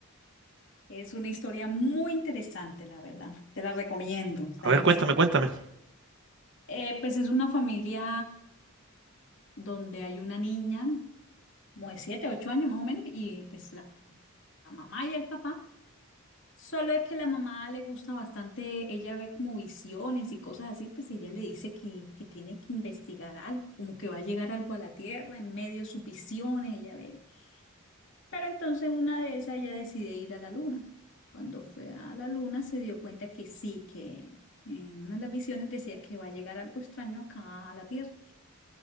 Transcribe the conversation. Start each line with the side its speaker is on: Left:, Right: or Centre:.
Left: Es una historia muy interesante, la verdad. Te la recomiendo. Está
Right: A
Left: en
Right: ver, cuéntame,
Left: Netflix.
Right: cuéntame.
Left: Eh, pues es una familia donde hay una niña, como de 7, 8 años más o menos, y pues la, la mamá y el papá Solo es que la mamá le gusta bastante, ella ve como visiones y cosas así, pues ella le dice que, que tiene que investigar algo, como que va a llegar algo a la Tierra en medio de sus visiones, ella ve. Pero entonces una de esas ella decide ir a la Luna. Cuando fue a la Luna se dio cuenta que sí, que en una de las visiones decía que va a llegar algo extraño acá a la Tierra